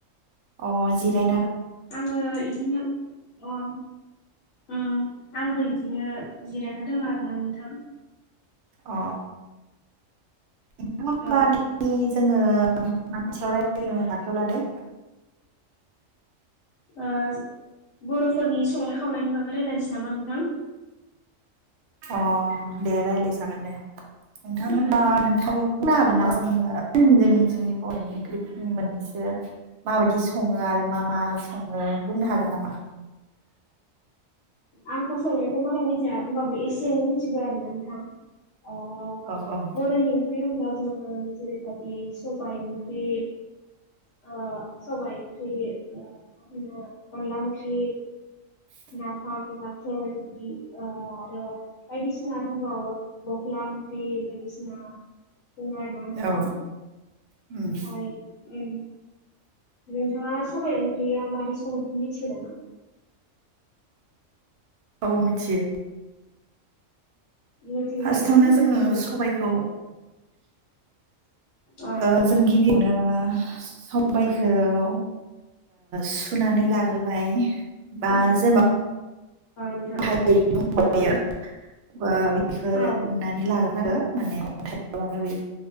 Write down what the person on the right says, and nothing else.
अ जिराय
अ नोंथां ओमबा
<unintelligible> दिनि जोङो <unintelligible> मानि सायाव रायलायनो आखायाव लादो?
अ दे रायलाय जागोन दे। नोंथां
होनबा नोंथाङाबो बुंनो हागोन नामा
जोङो जोंनि जोंनि बर'नि ओंख्रिफोरनि मोननैसो माबायदि सङो आरो मा मा सङो बुंनो हागोन। नामा?
औ औ
<inaudible>
औ
उम
औ मोनथियो।
फार्स्टावनो
जोङो
सबाइखौ।
ओ जों गिबियावनो समबाइखौ सुनानै लाग्रोबाय बा
जेनबा
गथायै दंबा एयो बा बेखौ
उननानै लाग्रोनांगो माने अन्थाइ